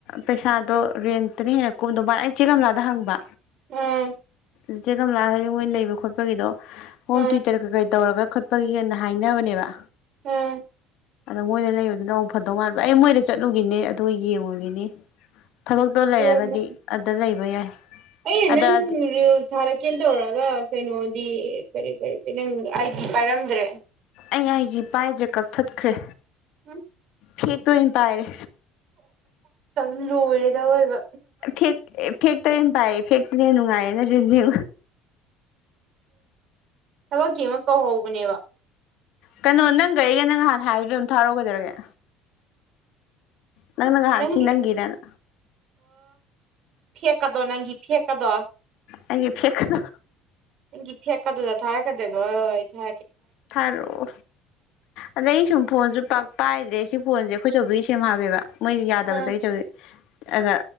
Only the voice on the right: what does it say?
ꯑꯥ
ꯑꯥ
ꯑꯥ
ꯑꯣ
ꯑꯩ
ꯅꯪ ꯔꯤꯜꯁ ꯊꯥꯔꯛꯀꯦꯅ ꯇꯧꯔꯒ ꯀꯩꯅꯣꯗꯤ ꯀꯔꯤ ꯀꯔꯤ ꯅꯪ ꯑꯩꯗꯤ ꯄꯥꯏꯔꯝꯗ꯭ꯔꯦ
ꯎꯝ
ꯝ ꯂꯣꯏꯔꯦꯗ ꯑꯣꯏꯕ
ꯊꯕꯛꯀꯤ ꯑꯃ ꯀꯧꯍꯧꯕꯅꯦꯕ
ꯅꯪꯒꯤ
ꯐꯀꯗꯣ ꯅꯪꯒꯤ ꯐꯀꯗꯣ
ꯒꯤ ꯐꯦꯛꯀꯥ ꯑꯗꯨꯗ ꯊꯥꯔꯥ ꯈꯗ ꯏ ꯊ
ꯑꯥ